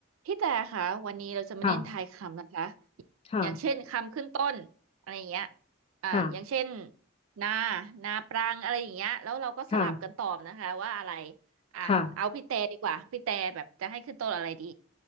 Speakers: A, on the right; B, on the left.
A: พี่แต่ค่ะวันนี้เราจะมาเล่นทายคำนะคะ
B: ค่ะค่ะ
A: อย่างเช่นคำขึ้นต้นอะไรอย่างเงี้ยอ่าอย่างเช่น
B: ค่ะ
A: นานาปรังอะไรอย่างเงี้ยแล้วเราก็สลับกันตอบนะคะว่าอะไร
B: ค่ะ
A: อ่ะเอาพี่แต่ดีกว่าพี่แต่แบบจะให้ขึ้นต้นอะไรดี
B: ค่ะ